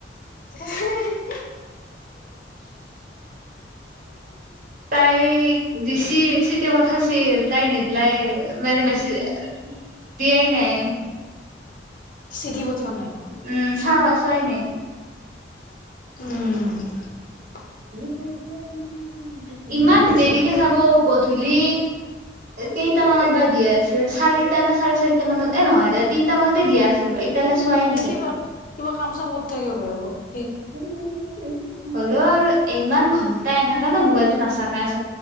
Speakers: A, on the left; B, on the right.
A: হে হে হে
B: তাই দিছিল চিটিয় পঠাইছিল তাই নিদিলাই মানে মেচেছ দিয়াই নাই
A: চিঠি পঠোৱা নাই
B: উম চাওঁ চোৱাই নাই
A: উম
B: <unintelligible> ইমান
A: গম পাইছো
B: দেৰিকে
A: দে
B: চাব গধূলি কেইটামানত বাজ দিয়া আছিল চাৰিটা নে চাৰে চাৰিটা মানত এ নহয় দে তিনটা মানতে দিয়া আছিল এতিয়ালৈ চোৱাই নাই
A: সে
B: চাগে
A: কিবা কিবা কাম চাম কৰি থাকে বাহিৰত
B: উম, - উ -উ -উ, হ'লও আৰু ইমান ঘন্টা এনেকা নে মোবাইলটো নাচাকা আচ,